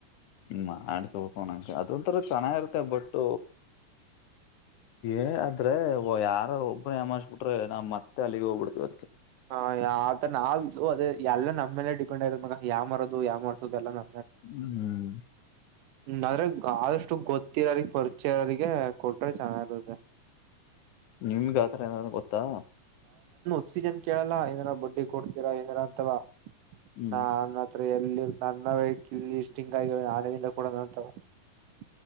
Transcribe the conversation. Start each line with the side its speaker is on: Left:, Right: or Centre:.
Left: ಹ ಆಡ್ಸ ಹಕೋಂ ಅದು ಚೆನ್ನಾಗಿರುತ್ತೆ ಬಟ್ ಏ ಆದ್ರೆ ಯಾರ ಒಬ್ಬ್ರ ಹೆಮಾರ್ಸಬಿಟ್ರೆ ನಾವು ಮತ್ತೆ ಅಲ್ಲಿಗೆ ಹೋಗ್ಬಿಡ್ತೀವಿ ಅದಕ್ಕೆ
Right: ಹ ಆತ ನಾವ ಇದು ಅದೆ ಎಲ್ಲಾ ನಮ್ಮ್ಮೇಲೆ ಡಿಪೆಂಡ್ ಆಯ್ದ ಮಗ ಯಾಮಾರೋದು ಯಾಮಾರ್ಸೋದು ಎಲ್ಲಾ ನ
Left: ಹ್ಮ್
Right: ಅದ್ರೆ ಆದಷ್ಟು ಗೊತ್ತಿರೋ ಪರಿಚಯರಿಗೆ ಕೊಟ್ರೆ ಚೆನ್ನಾಗಿರುತ್ತೆ
Left: ನಿಮ್ಗ ಆತರ ಏನಾದಾರೂ ಗೊತ್ತಾ
Right: ಕ್ಸಿಜನ್ <unintelligible> ಕೇಳಲ್ಲಏನಾರ ಬಡ್ಡಿ ಕೊಡ್ತೀರಾ ಏನಾರ ಅಂತವಾ
Left: ಹ್ಮ್
Right: ನಾ <unintelligible> ಎಲ್ಲಿ ನನ್ನ ವೆಹಿಲ್ ಇಷ್ಟು ಹಿಂಗ ಆಗ್ಯವ ಆನೆಯಿಂದ ಕೂಡ ನಂತಾವ <unintelligible>